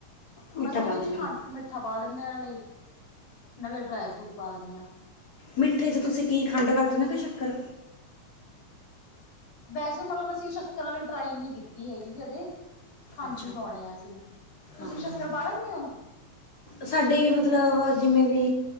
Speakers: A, on the left; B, on the left.
A: ਮਿੱਠਾ
B: ਬਸ ਉਹਦੇ
A: ਪਾ ਦਿੰਦੇ
B: ਚ ਖਾ
A: ਹੋ
B: ਮਿੱਠਾ ਪਾ ਦਿੰਦੇ ਹਾਂ ਨਾਲੇ ਨਾਲੇ ਡਰਾਈ ਫਰੂਟ ਪਾ ਦਿੰਦੇ ਹਾਂ
A: ਮਿੱਠੇ ਚ ਤੁਸੀਂ ਕੀ ਖੰਡ ਵਰਤਦੇ ਕੋਈ ਚੱਕਰ
B: ਵੈਸੇ ਮਤਲਬ ਅਸੀਂ ਸ਼ੱਕਰ ਵਾਲੀ ਟਰਾਈ ਨਹੀਂੀ ਕੀਤੀ ਹੈਗੀ ਕਦੇ ਖੰਡ
A: ਅੱਛਾ
B: ਹੀ ਪਾਉਣੇ ਆ ਸੀ ਤੁਸੀਂ
A: ਹਾਂ
B: ਸ਼ੱਕਰ ਪਾ ਲੈਂਦੇ ਹੋ
A: ਸਾਡੇ ਮਤਲਬ ਜਿਵੇਂ ਵੀ